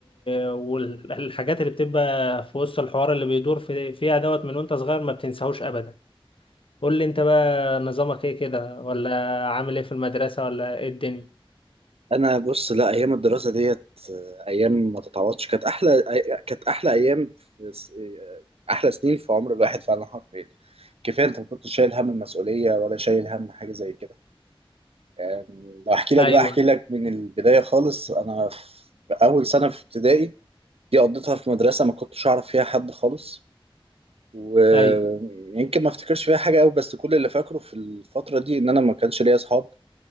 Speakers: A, on the left (about 65°); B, on the right (about 85°).
A: والحاجات اللي بتبقى في وسط الحوار اللي بيدور في فيها دوت من وانت صغير ما بتنساهوش ابدا قول لي انت بقى نظامك ايه كده ولا عامل ايه في المدرسه ولا ايه الدنيا
B: أنا بص لا أيام الدراسة ديت آه، أيام ما تتعوضش كانت أحلى أي- كانت أحلى أيام في... س- آه، أحلى سنين في عمر الواحد فعلا حرفيا كفاية أنت ما كنتش شايل هم المسؤولية ولا شايل هم حاجة زي كده يعني لو احكي لك
A: ايوه
B: بقى احكي لك من البداية خالص انا في اول سنة في ابتدائي دي قضيتها في مدرسة ما كنتش اعرف فيها حد خالص ويمكن
A: ايوه
B: ما افتكرش فيها حاجة قوي بس كل اللي فاكره في الفترة دي ان انا ما كانش ليا اصحاب